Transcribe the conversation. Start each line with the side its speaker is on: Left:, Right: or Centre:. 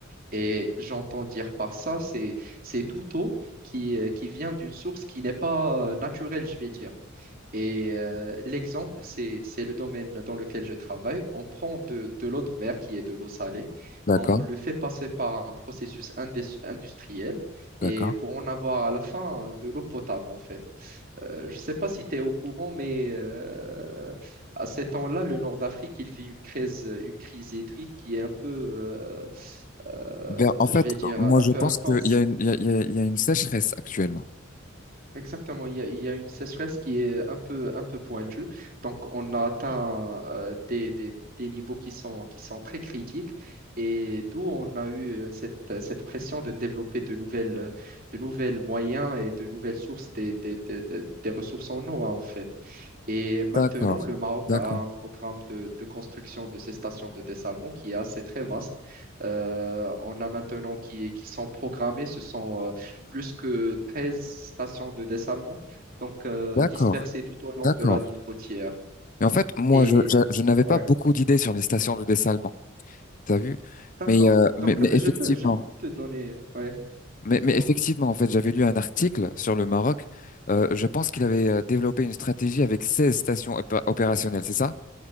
Right: Et j'entends dire par ça, c'est, c'est tout eau qui, euh, qui vient d'une source qui n'est pas euh, naturelle, je vais dire. Et euh, l'exemple, c'est, c'est le domaine dans lequel je travaille. On prend de, de l'eau de mer, qui est de l'eau salée,
Left: D'accord,
Right: on le fait passer par un processus indus- industriel et
Left: d'accord.
Right: pour en avoir à la fin de l'eau potable, en fait. Euh, je ne sais pas si tu es au courant, mais euh, à ces temps-là, le Nord d'Afrique, il vit une crise, une crise hydrique qui est un peu, euh, euh,
Left: Ben, en fait,
Right: je vais dire,
Left: moi
Right: un
Left: je
Right: peu
Left: pense
Right: intense.
Left: qu'il y a une, il y a, il y a il y a une sécheresse actuellement.
Right: Exactement, il y a, il y a une sécheresse qui est un peu, un peu pointue. Donc, on a atteint euh, des, des- des niveaux qui sont, qui sont très critiques et d'où on a eu euh, cette, cette pression de développer de nouvelles, de nouvelles moyens et de nouvelles sources des, des- des- des- des ressources en eau, hein, en fait. Et maintenant,
Left: D'accord,
Right: le Maroc
Left: d'accord,
Right: a un programme de, de construction de ces stations de dessalement qui est assez très vaste. Euh, on a maintenant qui, qui sont programmées, plus que 13 stations de dessalement, donc euh,
Left: d'accord,
Right: dispersées tout au long
Left: d'accord.
Right: de la ligne côtière.
Left: Mais en fait, moi,
Right: Et
Left: je, je, je n'avais pas
Right: ouais,
Left: beaucoup d'idées sur les stations de dessalement. T'as vu?
Right: d'accord.
Left: Mais, euh, mais,
Right: Donc
Left: mais
Right: euh,
Left: effectivement,
Right: je peux, je peux te donner, ouais,
Left: mais, mais
Right: dis-moi.
Left: effectivement, en fait, j'avais lu un article sur le Maroc. Euh, je pense qu'il avait euh, développé une stratégie avec 16 stations opé- opérationnelles, c'est ça?